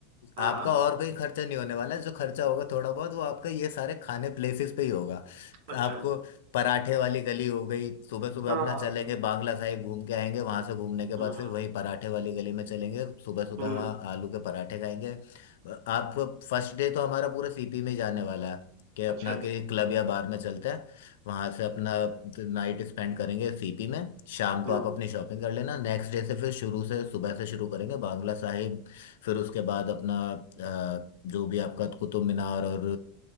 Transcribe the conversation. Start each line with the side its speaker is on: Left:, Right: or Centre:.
Right: हाँ
Left: आपका
Right: हाँ
Left: और कोई खर्चा नहीं होने वाला है। जो खर्चा होगा थोड़ा बहुत वो आपका ये सारे खाने प्लेसेस पे ही होगा
Right: अच्छा
Left: आपको
Right: जी
Left: पराठे वाली गली हो गई सुबह सुबह
Right: हाँ
Left: अपना
Right: हाँ
Left: चलेंगे बांग्ला साहिब घूम के आएंगे वहां से घूमने के
Right: हम्म
Left: बाद फिर वहीं पराठे वाली गली में चलेंगे सुबह सुबह
Right: हम्म,
Left: वहाँ आलू के पराठे खाएंगे आप फर्स्ट डे तो हमारा पूरा सीपी में ही जाने वाला है कि अपना
Right: अच्छा अच्छा
Left: के क्लब या बार में चलते हैं वहां से अपना नाइट स्पेंड करेंगे सीपी में शाम को
Right: हम्म
Left: आप अपनी शॉपिंग कर लेना नेक्स्ट डे से फिर शुरू से सुबह से शुरू करेंगे बांग्ला साहिब फिर उसके बाद अपना अ, जो भी आपका कुतुब मीनार और